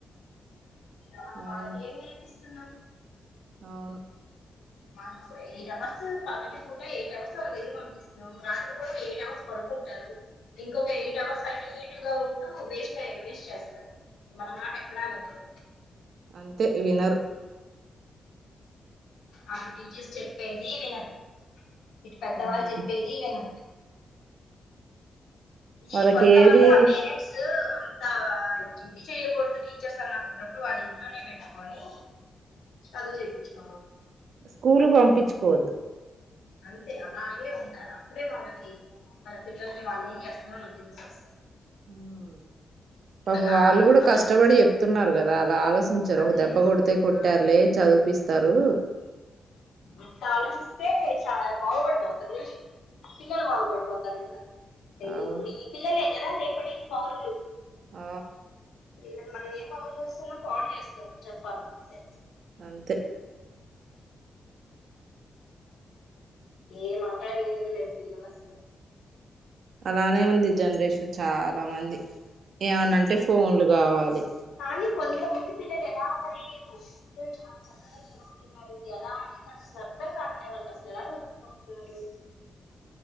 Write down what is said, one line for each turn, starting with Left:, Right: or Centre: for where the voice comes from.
Left: ఇగ వాళ్లకి
Right: అవును
Left: ఏం నేర్పిస్తున్నాం
Right: అవును
Left: మనం ఎయిట్ అవర్స్ పగటి పూట ఎయిట్ అవర్స్ వాళ్ళ దెగ్గర పంపిస్తాం రాత్రి కూడా ఎయిట్ అవర్స్ పడు అనుకుంటారు ఇంకొక ఎయిట్ అవర్స్ అటు ఎటుగా ఉంటూ వేస్ట్ అయ్య వేస్ట్ చేస్తారు మన మాట ఎక్కడా వినరు
Right: అంతే వినరు
Left: అటు టీచర్స్ చెప్పేది వినరు ఇటు పెద్దవాళ్ళు
Right: ఉమ్
Left: చెప్పేది వినరు
Right: వాళ్ళకి
Left: ఈ కొంతమంది
Right: ఏది
Left: ఆ పేరెంట్స్ అంత ఇది చెయ్యకూడదు టీచర్స్ అని అనుకున్నప్పుడు వాళ్ళ ఇంట్లోనే పెట్టుకొని చదువు చేపించుక
Right: స్కూలుకు పంపించుకోవద్దు
Left: అంతే అలాగే ఉండాలి అప్పుడే వాళ్ళకి వాళ్ళ పిల్లల్ని వాళ్ళు ఏం చేస్ ఆ తెలుసోతది
Right: ఉమ్ పాపం
Left: గారాబం
Right: వాళ్ళు కూడా
Left: ఉండకూడదు
Right: కష్టపడి చెప్తున్నారు కదా అలా ఆలోచించరు
Left: అదే
Right: ఒక దెబ్బ కొడితే కొట్టారులే
Left: ఆ
Right: చదివిపిస్తారు
Left: అట్లా ఆలోచిస్తే చాల బాగు పడిపోతారు పిల్లలు బాగుపడిపోతారు కదా
Right: అవును
Left: ఇప్పుడు ఈ పిల్లలేనారా రేపటి ఈ పౌరులు
Right: ఆ
Left: వీళ్లని మనం ఏం పౌడు చేస్తున్నం పౌడు చేస్తున్నాం చెప్పాలంటే
Right: అంతే
Left: ఏ మాట వినేది లేదు పిల్లలు అసలు
Right: అలానే ఉంది జనరేషన్ చాలా మంది ఏమనంటే ఫోన్లు కావాలి
Left: కానీ కొంతమంది పిల్లలు ఎలా మరి అంటే చాలా చక్కగా చదువుతున్నారు ఎలా అడిగినా సరే అర్థం కాట్లే వాళ్ళు అసలు ఎలా చదుకుంటున్నారు